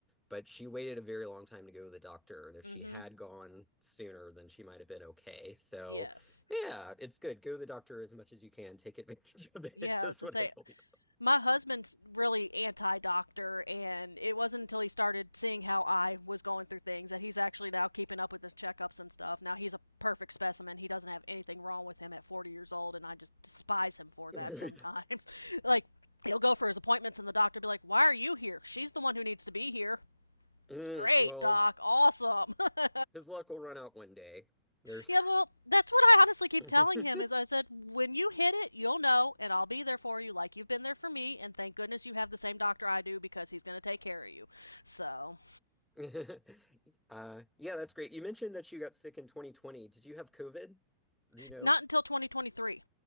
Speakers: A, in the centre; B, on the left.
A: but she waited a very long time to go to the doctor, and if
B: hmm
A: she had gone sooner, then she might have been okay. So,
B: Yes.
A: yeah, it's good. Go to the doctor as much as you can. Take advantage of it,
B: Yeah.
A: <laughs> is
B: As
A: what
B: I say,
A: I tell people.
B: my husband's really anti-doctor and it wasn't until he started seeing how i was going through things that he's actually now keeping up with the checkups and stuff now he's a perfect specimen he doesn't have anything wrong with him at 40 years old and i just despise him for
A: <laughs>
B: that sometimes <laughs> like he'll go for his appointments and the doctor will be like why are you here she's the one who needs to be here
A: Mm,
B: great
A: well,
B: doc awesome <laughs>
A: his luck will run out one day. There's
B: Yeah, well, that's what I honestly keep
A: <laughs>
B: telling him is I said, when you hit it, you'll know, and I'll be there for you like you've been there for me, and thank goodness you have the same doctor I do because he's going to take care of you. So,
A: <laughs> Uh, yeah, that's great. You mentioned that you got sick in 2020. Did you have COVID? Do you know?
B: not until 2023.